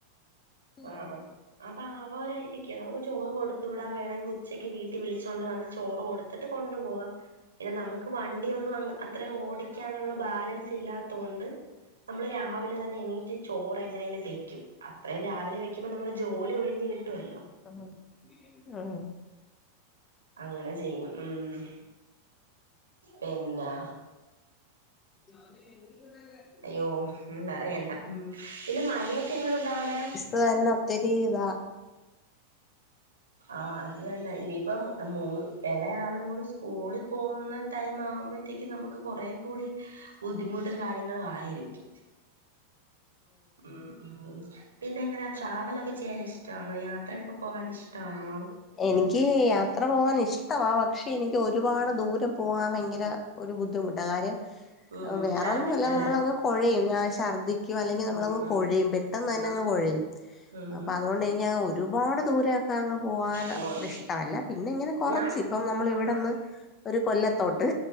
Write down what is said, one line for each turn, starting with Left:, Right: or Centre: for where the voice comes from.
Right: ആഹ
Left: ഉം
Right: അപ്പൊ ആരായിരിക്കും നമുക്ക് ചോറ് കൊടുത്തു വിടാ വേണമെങ്കിൽ ഉച്ചയ്ക്ക് വീട്ടിൽ വിളിച്ചോണ്ട് വന്ന് ചോറ് കൊടുത്തിട്ട് കൊണ്ടുപോകാം പിന്നെ നമുക്ക് വണ്ടി ഒന്നും അത്രയും ഓ ടിക്കാനുള്ള ബാലൻസ് ഇല്ലാത്തൊണ്ട് നമ്മള് രാവിലെ തന്നെ എണീ ചോറ് എങ്ങനെേലും വെക്കും അത്രയും രാവിലെ വെക്കുമ്പോ നമ്മുടെ ജോലി ഒഴിഞ്ഞ് കിട്ടുമല്ലോ
Left: ആഹ് ആഹ്
Right: അങ്ങനെ ചെയ്യും ഉ പിന്നെ
Left: ഞ എ <unintelligible>
Right: അയ്യോ ഉ പറയണ്ട ഉ പിന്നെ മഴയൊക്കെ എങ്ങനെയുണ്ട് അവിടെ
Left: അതെന്നെ ഒത്തിരി താ
Right: ആഹ അത് തന്നെ ഇനിയിപ്പം മൂ ഇള ആളും കൂടി സ്കൂളിൽ പോകുന്ന ടൈം ആകുമ്പോഴത്തേക്കും നമുക്ക് കുറേകൂടി ബുദ്ധിമുട്ടും കാര്യങ്ങളും ആയിരിക്കും ഉം ഉം പിന്നെ എങ്ങനെയാ ട്രാവലൊക്കെ ചെയ്യാൻ ഇഷ്ടമാണോ യാത്രയൊക്കെ പോകൻ ഇഷ്ടമാണോ
Left: എനിക്ക് യാത്ര പോവാൻ ഇഷ്ടവാ പക്ഷെ എനിക്ക് ഒരുപാട് ദൂരം പോവാൻ ഭയങ്കര ഒരു ബുദ്ധിമുട്ടാണ് കാര്യം
Right: ഉം
Left: വേറെന്നുമല്ല
Right: ഛർദിക്കും അല്ലേ
Left: നമ്മളങ്ങ് കുഴയും ഞാൻ ഛർദിക്കും അല്ലെങ്കിൽ നമ്മളങ്
Right: ഉം ഉം
Left: കുഴയും പറ്റും പെട്ടെന്ന്
Right: ഉം
Left: തന്നെ അങ് കുഴയും
Right: ഉം
Left: അപ്പൊ അതുകൊണ്ട് കഴിഞ്ഞ അങ് ഒരുപാട് ദൂരൊക്കെ പോകൻ
Right: മോൻ
Left: അത്ര ഇഷ്ടമല്ല പിന്നെ ഇങ്ങനെ കൊറച്ച്
Right: ഞാൻ
Left: ഇപ്പം നമ്മൾ ഇവിടെന്ന്
Right: ആഹ്
Left: ഒരു കൊല്ലത്തോട്ട്